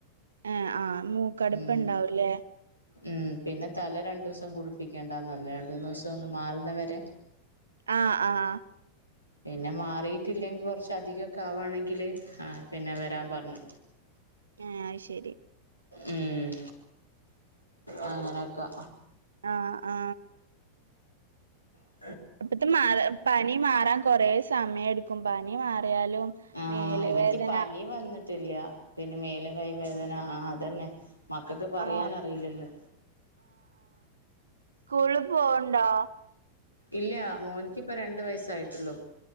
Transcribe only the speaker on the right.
ഏഹ് ആ് മൂക്കടുപ്പണ്ടാവല്ലേ
ആഹ് ആഹ്
ആഹ് അത് ശരി
ആ ആ
അപ്പത്തെ മാ പനി മാറാൻ കൊറ സമയംടുക്കും പനി മാറിയാലും
മേല്
വേദന
ആ സ്കൂള് പോണ്ടോ